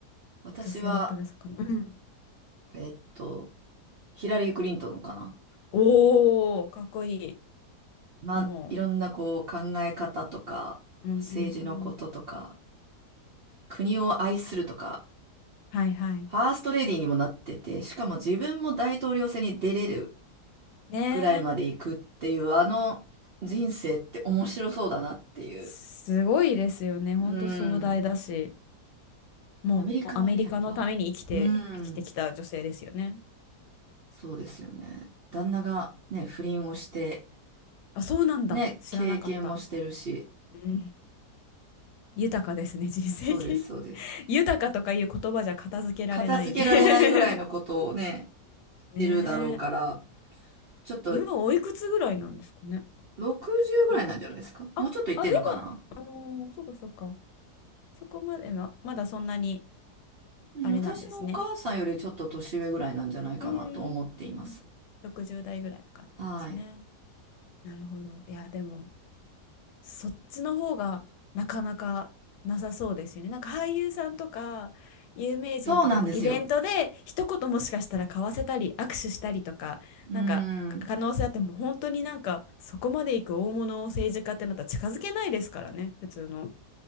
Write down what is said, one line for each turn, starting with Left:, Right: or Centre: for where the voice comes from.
Right: 私は、
Left: 女性だったらそうかな。うん。
Right: えっと、ヒラリー・クリントンかな。
Left: おー、かっこい
Right: まあ、
Left: い。も
Right: いろんなこう考え方とか、
Left: う、うんうんうん。
Right: 政治のこととか、国を愛するとか、
Left: はいはい。
Right: ファーストレディーにもなってて、しかも自分も大統領選に出れる
Left: ねえ、
Right: ぐらいまで行くっていう、あの人生って面白そうだなっていう。
Left: すごいですよね。ほんと壮大だし、
Right: うん。
Left: もうアメリカのために生きて、
Right: アメリカはね、やっぱ、うん、
Left: 生きてきた女性ですよね。
Right: そうですよね。旦那がね、不倫をして、
Left: あ、そうなんだ。
Right: ね、
Left: 知らなかった。
Right: 経験もしてるし、
Left: うん。豊かですね、人生経験。
Right: そうです、そうです。
Left: <laughs> 豊かとかいう言葉じゃ片付けられない
Right: 片付けられないぐらいのことをね、
Left: <laughs> ね
Right: してるだろうから、
Left: え。
Right: ちょっと
Left: 今おいくつぐらいなんですかね。
Right: 60ぐらいなんじゃないですかもうちょっといってんのかな
Left: かんあ、あ、でも、うーん、そうかそうか。そこまでは、まだそんなに
Right: うん、
Left: あれなんですね。
Right: 私のお母さんよりちょっと年上ぐらいなんじゃないかなと思っています。
Left: うーん。60代ぐらいな感じですね。
Right: はい。
Left: なるほど。いや、でも、そっちの方がなかなかなさそうですよね。なんか俳優さんとか有名人とかとイベントで一言もしかしたら交わせたり握手したりとかなんか可能性あっても本当になんかそこまでいく大物政治家ってなったら近づけないですからね普通の
Right: そうなんですよ。うん。